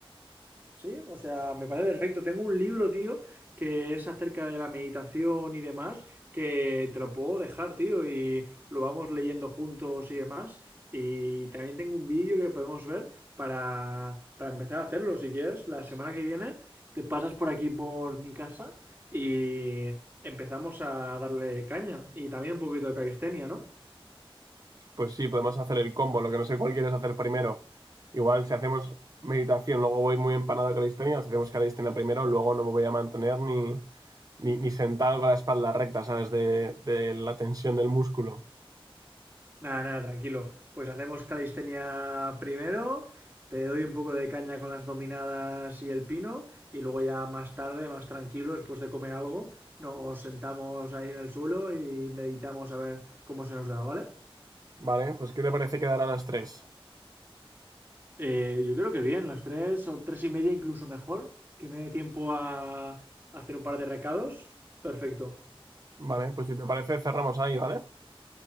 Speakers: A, on the right; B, on the right.
A: Sí, o sea, me parece perfecto. Tengo un libro, tío, que es acerca de la meditación y demás, que te lo puedo dejar, tío, y lo vamos leyendo juntos y demás. Y también tengo un vídeo que podemos ver para, para empezar a hacerlo, si quieres. La semana que viene te pasas por aquí, por mi casa, y empezamos a darle caña. Y también un poquito de calistenia, ¿no?
B: Pues sí, podemos hacer el combo, lo que no sé cuál quieres hacer primero. Igual si hacemos meditación, luego voy muy empanado con la calistenia, si hacemos calistenia primero, luego no me voy a mantener ni, ni, ni sentado con la espalda recta, ¿sabes? De, de la tensión del músculo.
A: Nada, nada, tranquilo. Pues hacemos calistenia primero, te doy un poco de caña con las dominadas y el pino, y luego ya más tarde, más tranquilo, después de comer algo, nos sentamos ahí en el suelo y meditamos a ver cómo se nos da, ¿vale?
B: Vale, pues ¿qué te parece quedar a las tres
A: Eh, yo creo que bien, las tres o tres y media incluso mejor, que me dé tiempo a hacer un par de recados. Perfecto.
B: Vale, pues si te parece cerramos ahí, ¿vale?